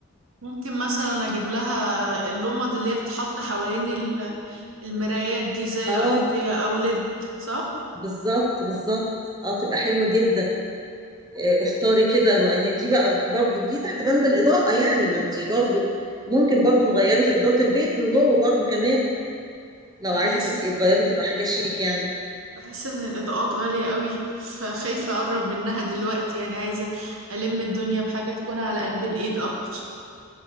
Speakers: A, on the right (about 70°); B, on the right (about 20°).
A: ممكن مثلا أجيب لها اللمض اللي هي بتحط حوالين ال- المرايات دي زي
B: اه
A: أيكيا أو ليد صح؟
B: بالظبط بالظبط اه تبقى حلوة جدا آه، اختاري كده ما هي دي بقى برضو دي تحت بند الإضاءة يعني ما انتي برضو ممكن برضو تغيري في إضاءة البيت من جوه برضو كمان لو
A: أنا
B: عايزة
A: بحس
B: تبقي تغيري تبقى حاجة شيك يعني
A: بحس ان الاضاءات غالية قوي فخايفة اقرب منها دلوقتي يعني عايزة الم الدنيا بحاجة تكون على قد الايد اكتر